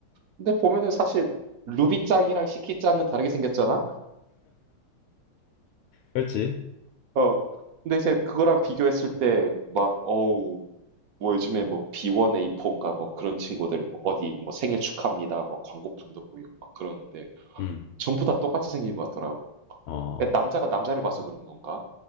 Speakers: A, on the right (about 60°); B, on the left (about 85°).
A: 근데 보면은 사실 루비짱이랑 시키짱은 다르게 생겼잖아?
B: 그렇지?
A: 어, 근데 이제 그거랑 비교했을 때 막 어우 뭐 요즘에 뭐 B1A4인가 뭐 그런 친구들 뭐 어디 뭐 생일 축하합니다 뭐 광고판도 보이고 막 그러는데
B: 음.
A: 전부 다 똑같이 생긴 것 같더라고.
B: 어.
A: 그러니까 남자가 남자를 봐서 그런 건가?